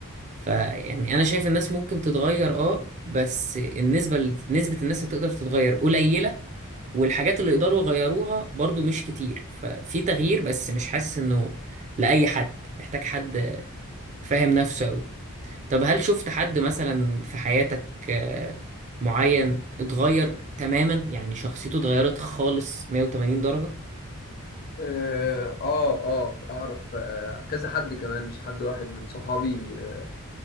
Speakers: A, on the right; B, on the left.
A: فيعني انا شايف الناس ممكن تتغير اه بس النسبه ل- نسبه الناس اللي تقدر تتغير قليله والحاجات اللي يقدروا يغيروها برضو مش كتير ففي تغيير بس مش حاسس انه لاي حد محتاج حد فاهم نفسه قوي طب هل شفت حد مثلا في حياتك آه، معين اتغير تماما يعني شخصيته اتغيرت خالص 180 درجة
B: اه اه آه، اعرف آه، كذا حد كمان مش حد واحد من صحابي آه،